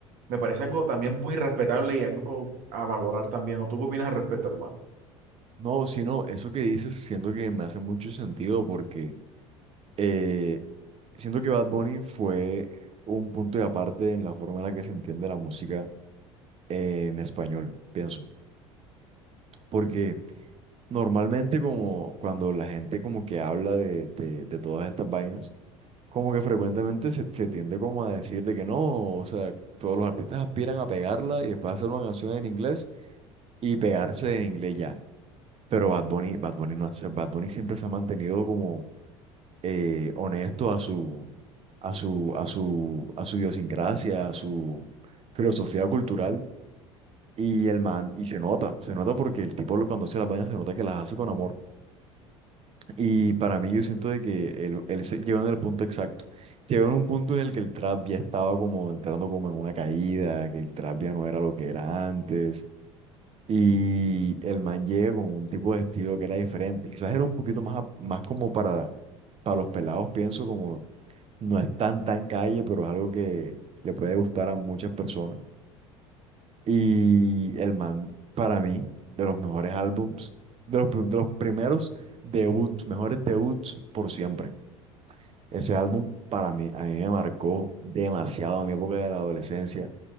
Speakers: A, on the right; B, on the right.
A: Me parece algo también muy respetable y algo a valorar también. ¿O tú qué opinas al respecto, hermano?
B: No, sino eso que dices, siento que me hace mucho sentido porque eh, siento que Bad Bunny fue un punto de aparte en la forma en la que se entiende la música en español, pienso. Porque normalmente como cuando la gente como que habla de, de- de todas estas vainas, como que frecuentemente se, se tiende como a decir de que no, o sea, todos los artistas aspiran a pegarla y después hacer una canción en inglés y pegarse en inglés ya. Pero Bad Bunny, Bad Bunny no hace, Bad Bunny siempre se ha mantenido como eh, honesto a su, a su, a su, a su idiosincrasia, a su filosofía cultural. Y el man, y se nota, se nota porque el tipo lo- cuando hace las vainas se nota que las hace con amor. Y para mí yo siento de que él, él se- llegó en el punto exacto. Llegó en un punto en el que el trap ya estaba como entrando como en una caída, que el trap ya no era lo que era antes. Y el man llega con un tipo de estilo que era diferente. Quizás era un poquito más, a- más como para, para los pelados, pienso, como no es tan tan calle, pero es algo que le puede gustar a muchas personas. Y el man, para mí, de los mejores álbums, de los, prim- de los primeros debuts, mejores debuts por siempre. Ese álbum para mí, a mí me marcó demasiado en mi época de la adolescencia.